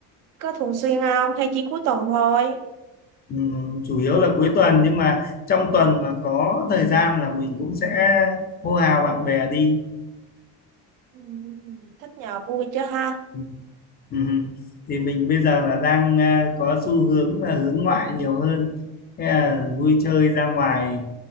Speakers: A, on the right; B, on the left.
A: có thường xuyên không hay chỉ cuối tuần thôi
B: ừm, chủ yếu là cuối tuần nhưng mà trong tuần mà có thời gian là mình cũng sẽ hô hào bạn bè đi.
A: ừ. thích nhậu vui chứ ha
B: Ừ, ừ. Thì mình bây giờ là đang à, có xu hướng là hướng ngoại nhiều hơn, Thế là vui chơi ra ngoài